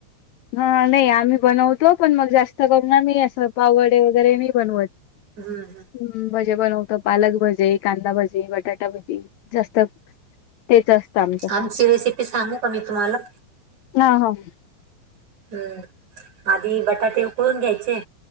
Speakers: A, on the left; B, on the right.
A: हा, नाही आम्ही बनवतो पण, मग जास्त करून आम्ही असं पाववडे वगैरे नाही बनवत.
B: हम्म, हम्म.
A: हम्म, भजे बनवतो, पालक भजे, कांदा भजे, बटाटा भजी जास्त तेच असतं आमचं
B: आमची रेसिपी सांगू का मी तुम्हांला?
A: ना. हं.
B: हम्म, आधी बटाटे उकळून घ्यायचे,